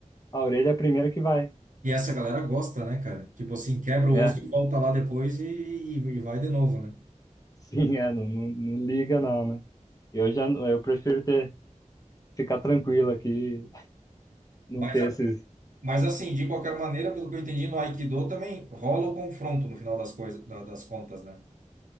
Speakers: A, on the left; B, on the right.
A: a orelha é a primeira que vai.
B: e essa galera gosta, né, cara? Tipo assim, quebra o
A: É,
B: osso
A: <laughs>
B: e volta lá depois e, e, e vai de novo, né?
A: sim, é, não, não, não liga não, né? Eu já, eu prefiro ter, ficar tranquilo aqui, não
B: Mas,
A: ter esses...
B: mas assim, de qualquer maneira, pelo que eu entendi, no Aikido também rola o confronto no final das coisas, da- das contas, né?